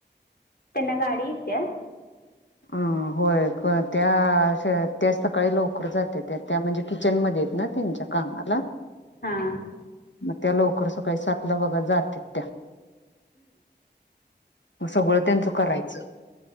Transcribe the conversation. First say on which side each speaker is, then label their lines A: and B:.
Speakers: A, on the left; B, on the left.
A: त्यांना गाडी येते.
B: हम होय त्या त्या सकाळी लवकर जाते त्या त्या म्हणजे किचनमध्येध्ये. ना त्यांच्या कामाला
A: हां
B: मग त्या लवकर सकाळी सात ला बघा जातील त्या. मग सगळं त्यांच करायचं.